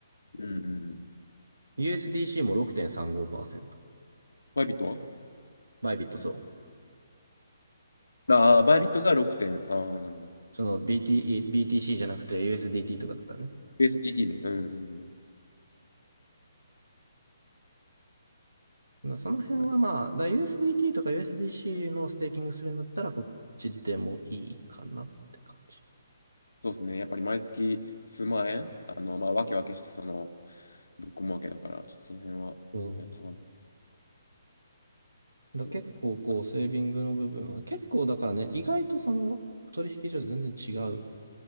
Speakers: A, on the left (about 75°); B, on the right (about 80°).
A: うんうんうん。
B: USDC も6.35%。
A: バイビットは
B: バイビットそう。
A: ああー、バイビットが6点。ああ、なるほど。
B: その BT、BTC じゃなくて USDT とかだったらね。
A: ユー s d t ね。うんうん
B: だその辺はまあ、
A: うん。
B: だ USDT とか USDC のステーキングするんだったらこっちでもいいかなって感じ。
A: そうですね。やっぱり毎月数万円、あの、まあ、わけわけして、その、ぶっ込むわけだから、ちょっとその辺はやっとかな
B: うん。だ結構こう、
A: そ
B: セービングの部分は、結構だからね、意外とその取引所で全然違う